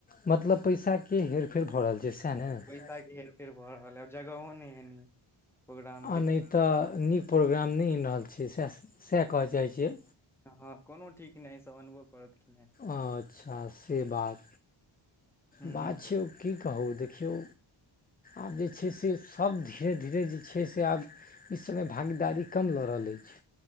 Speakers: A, on the left; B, in the centre.
A: मतलब पैसा के हेर -फेर भऽ रहल छै सैह ने? आ
B: सा के हेर फेर भऽ रहल है और जगहो ने है एनी प्रोग्राम
A: आ
B: के
A: नय तऽ नीक प्रोग्राम नय ऐनि रहल छी सएह- सएह कहऽ चाहै छियै?
B: हँ कोनो ठीक नय अय सब अनबो करत की नय?
A: अच्छा से बात।
B: हूँ
A: बात छै ओ- की कहू देखियौ‌ आब जे छै से सब धीरे-धीरे जे छै से आब इ समय भागीदारी कम लऽ रहल अइछ।